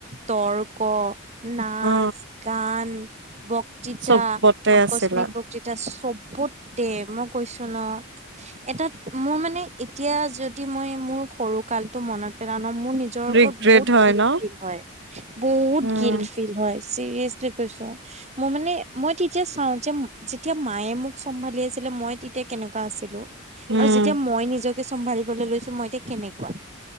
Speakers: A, on the right; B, on the right.
A: তৰ্ক, নাচ,
B: অ
A: গান, বক্তৃতা,
B: চবতে
A: আকস্মিক
B: আছিলা
A: বক্তৃতা চব তে মই কৈছো ন এটাত মোৰ মানে এতিয়া যদি মই মোৰ সৰু কালতটো মনত পেলা ন মোৰ নি জৰ ওপৰত
B: ৰিগ্ৰেট
A: বহুত
B: হয়
A: গিলত
B: ন
A: ফিল হয় বহুত
B: উম
A: গিলত ফিল হয়। চিৰিয়াছলি কৈছো। মই মানে মই তেতিয়া চাও যে যেতিয়া মায়ে মোক চম্ভালি আছিলে মই তেতিয়া কেনেকুৱা আছিলো আৰু
B: উম
A: যেতিয়া মই নিজকে চম্ভালিবলৈ লৈছো মই এতিয়া কেনেকুৱা।